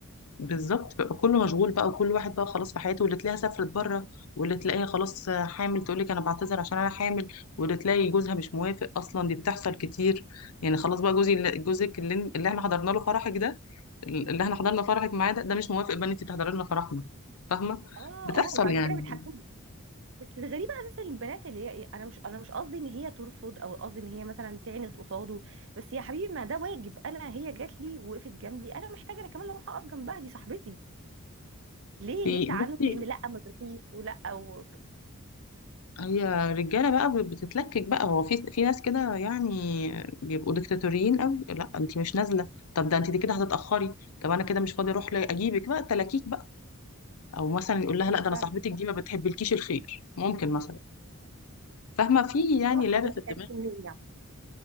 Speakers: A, on the left; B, on the right.
A: بالظبط بقى كله مشغول بقى وكل واحد بقى خلاص في حياته واللي تلاقيها سافرت بره واللي تلاقيها خلاص حامل تقول لك انا بعتذر عشان انا حامل واللي تلاقي جوزها مش موافق اصلا دي بتحصل كتير يعني خلاص بقى جوزي اللي- جوزك اللي, اللي احنا حضرنا له فرحك ده اللي احنا حضرنا فرحك معاه ده ده مش موافق بقى ان انت تحضري لنا فرحنا فاهمه
B: اه
A: بتحصل
B: اه وبعد
A: يعني
B: كده بيتحكموا بس الغريبة اساسا البنات اللي هي إيه، انا مش انا مش قصدي ان هي ترفض او قصدي ان هي مثلا تعند قصاده بس يا حبيبي ما ده واجب انا هي جات لي وقفت جنبي انا محتاجة انا كمان اروح اقف جنبها دي صاحبتي ليه
A: بي-
B: ليه تعنت
A: بصي
B: في ان لا ما تروحيش ولا و...
A: هي رجاله بقى بتتلكك بقى هو في في ناس كده يعني بيبقوا ديكتاتوريين قوي لا انت مش نازله طب ده انت دي كده هتتاخري طب انا كده مش فاضيه اروح لي- اجيبك بقى تلاكيك بقى او مثلا يقول لها
B: ايوه
A: لا ده
B: فعلا
A: انا صاحبتك دي ما بتحبلكيش الخير ممكن مثلا فاهمه في يعني
B: ايوه حضرتك
A: لعبه في الدماغ
B: عرفت منين يعني